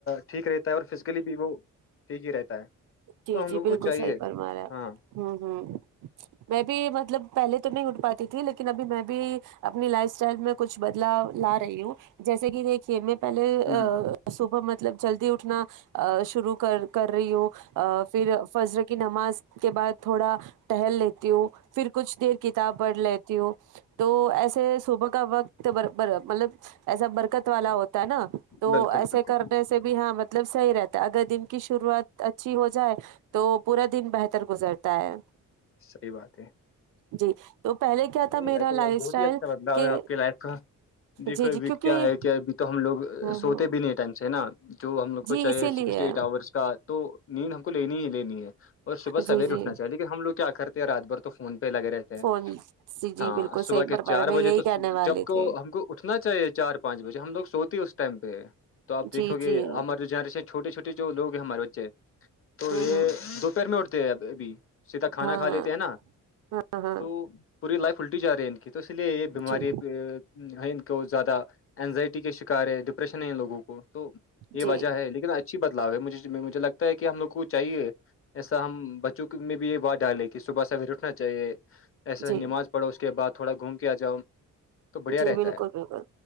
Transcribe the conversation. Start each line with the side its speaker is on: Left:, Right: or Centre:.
Left: ٹھیک رہتا ہے اور فزیکلی بھی وہ ٹھیک ہی رہتا ہے
Right: جی
Left: تو ہم
Right: جی
Left: لوگوں
Right: بالکل
Left: کو چاہیے
Right: صحیح فرما رہے ہیں آپ
Left: ہاں
Right: ہوں ہوں میں بھی مطلب پہلے تو نہیں اٹھ پاتی تھی لیکن ابھی میں بھی اپنی لائف اسٹائل میں کچھ بدلا لا رہی ہوں جیسے کہ دیکھ کہ میں پہلے
Left: ہ
Right: صبح مطلب جلدی اٹھنا شروع کر کر رہی ہوں پھر فضر کی نماز کے بعد تھوڑا ٹہل لیتی ہوں پھر کچھ دی ک کتاب پڑھ لیتی ہوں تو ایسے صبح کا وقت مطلب ایسا برکت والا ہوتا نا تو
Left: بالکل
Right: ایسے
Left: بالکل
Right: کرنے سے سے بھی ہاں مطلب صحیح رہتا ہے اگر دن کی شروعات اچھی ہو جائے تو پورا دن بہتر گزرتا ہے
Left: صحی بات ہے
Right: جی تو پہلے کیا
Left: نہیں
Right: تھا میرا
Left: تو
Right: لائف
Left: بہت
Right: اسٹائل
Left: ہی اچھا بدلاؤ
Right: کہ
Left: ہے آپ کی لائف کا دیکھو
Right: جی
Left: ابھی
Right: جی کیونکہ
Left: کیا ہے کہ ابھی تو ہم لوگ
Right: ہوں
Left: سوتے
Right: ہوں
Left: بھی نہیں ہے نا جو ہم لوگ کو
Right: جی
Left: چاہے
Right: اسی
Left: سسٹی
Right: لیے
Left: ایٹ آورس کا تو نیند ہم کو لینی ہی لینی ہے اور صبح
Right: جی
Left: سویر
Right: جی
Left: اٹنا چاہیے کہ ہم لوگ کیا کرتے رات بھر تو فون پہ لگے رہتے ہیں
Right: فون جی جی
Left: ہاں
Right: بالکل
Left: صبح
Right: صحیح
Left: کے
Right: پرپار
Left: چار
Right: میں
Left: بجے
Right: یہی
Left: تو
Right: کہنے والے
Left: جب کو
Right: تھے
Left: ہم کو اٹھنا چاہیے چار پانچ بجے ہم لوگ سوتی ہیں اس ٹائم پہ تو آپ دیکھو
Right: جی
Left: گے
Right: جی ہوں
Left: ہمارے جو جنریشن چھوٹے چھوٹے جو لوگ ہیں ہمارے بچے تو یہ
Right: ہوں
Left: دوپہر میں اٹھتے اب ابھی سیدھا کھانا
Right: ہاں
Left: کھا لیتے
Right: ہاں
Left: ہیں نا
Right: ہاں ہاں
Left: تو پوری لائف ال الٹی جا رہی ہیں کہ تو اس لیے یہ بیماری
Right: جی
Left: ان کو زیادہ اینزائٹی کے شکار ہے ڈپریشن ہے ان لوگوں کو تو یہ
Right: جی
Left: وجہ ہے لیکن اچھی بدلاؤ ہے مجھے مجھے لگتا کہ ہم لوگ کو چاہیے ایسا ہم بچوں میں بھی یہ وارڈ ڈالے کہ صبح سویر اٹھنا چاہیے ایسا
Right: جی
Left: نماز پڑو اس کے بعد تھوڑا گھوم کے آ جاؤ تو بڑھیا
Right: جی
Left: رہتا
Right: بالکل
Left: ہے
Right: بالکل